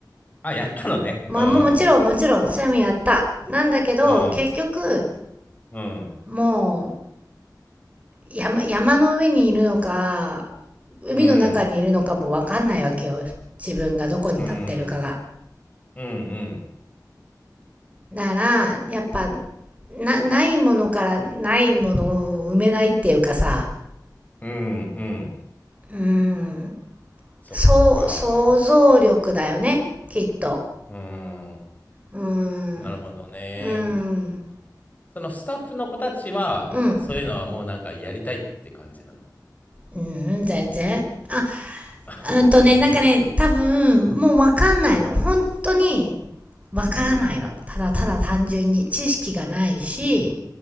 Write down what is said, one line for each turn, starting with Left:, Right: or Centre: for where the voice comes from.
Left: あ、やったのね。
Right: まあもうもちろんもちろん、
Left: うん。
Right: それもやった。なんだけど、
Left: うん。
Right: 結局、
Left: うん。
Right: もう、山、山の上にいるのか、海の中にいるのかもわかんないわけよ。
Left: うん。
Right: 自分がどこに立ってるかが。
Left: うん。うん。
Right: なら、やっぱ、な、ないものからないものを埋めないっていうかさ、
Left: うん。うん。
Right: うーん、
Left: そっか。
Right: そう、想像力だよね、きっと。
Left: うん。
Right: うーん。
Left: なるほどね。
Right: うーん。
Left: そのスタッフの子たちは、
Right: うん。
Left: そういうのはもうなんかやりたいって感じなの。
Right: うん、全然。あ、
Left: <laughs>
Right: うんとね、
Left: うん。
Right: なんかね、多分、もうわかんないの。
Left: うん。
Right: 本当に、わからないの。
Left: うん。
Right: ただただ単純に知識がないし、